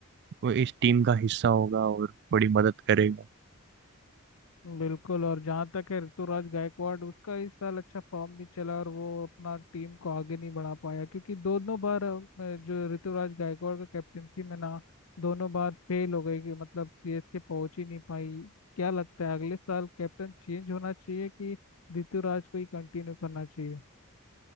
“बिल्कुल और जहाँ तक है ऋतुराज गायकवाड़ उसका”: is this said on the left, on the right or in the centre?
Left